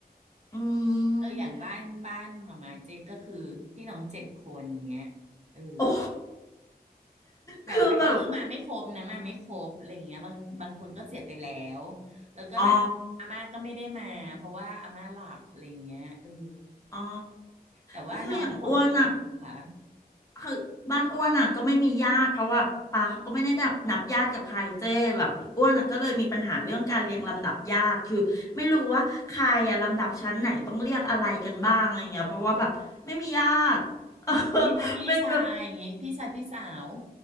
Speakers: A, on the left; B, on the right.
A: อหืมออืมอืม
B: เอออย่างบ้านบ้านมามาเจก็คือพี่น้องเจ็ดคนเงี้ยเออ
A: โอ้
B: แต่แต่ก็คือมาไม่ครบนะมาไม่ครบอะไรอย่างเงี้ยบางบางคนก็เสียไปแล้ว
A: คือแบบ
B: แล้วก็แบบอาม่าก็ไม่ได้มาเพราะว่าอาม่าหลับอะไรอย่างเงี้ยเออ
A: อ๋ออ๋อ
B: แต่ว่าน้องสองคนค่ะ
A: ก็คืออย่างอ้วนอ่ะคือบ้านอ้วนอ่ะก็ไม่มีญาติเพราะว่าปาเขาก็ไม่ได้นับนับญาติกับใครเจ้แบบอ้วนอ่ะก็เลยมีปัญหาเรื่องการเรียงลำดับญาติคือไม่รู้ว่าใครอ่ะลำดับชั้นไหนต้องเรียกอะไรกันบ้างอะไรเงี้ยเพราะว่าแบบไม่มีญาติ <laughs> เออ
B: อืมฉันมีแค่พี่ชายอย่างเงี้ยพี่ชายพี่สาว
A: เป็นแบบ